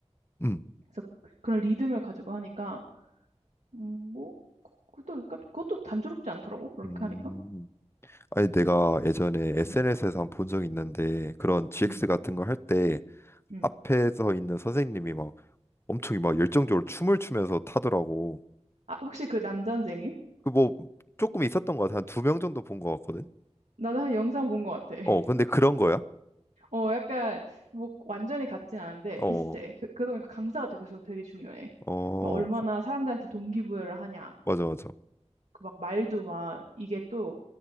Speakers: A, on the left (about 20°); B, on the right (about 80°).
A: 음.
B: 그래서 그런 리듬을 가지고 하니까 음, 뭐 그- 그것도 그러니까 그것도 단조롭지 않더라고. 그렇게
A: 음.
B: 하니까.
A: 음. 아니, 내가 예전에 SNS에서
B: 음,
A: 한 본 적 있는데 그런 GX
B: 음,
A: 같은 거 할 때
B: 음.
A: 앞에서 있는 선생님이 막 엄청 막 열정적으로 춤을 추면서 타더라고.
B: 아, 혹시 그 남자 선생님?
A: 그 뭐 조금 있었던 것 같아. 한 두 명 정도 본 것 같거든.
B: 나도 한 영상 본 것 같아. <laughs>
A: 어, 근데 그런 거야?
B: 어, 약간 뭐 완전히 같진 않은데
A: 어,
B: 비슷해. 그, 그러다 보니까 강사가 되게 되게 중요해.
A: 어,
B: 막 얼마나
A: 그-
B: 사람들한테 동기부여를 하냐.
A: 맞아, 맞아.
B: 그 막 말도 막 이게 또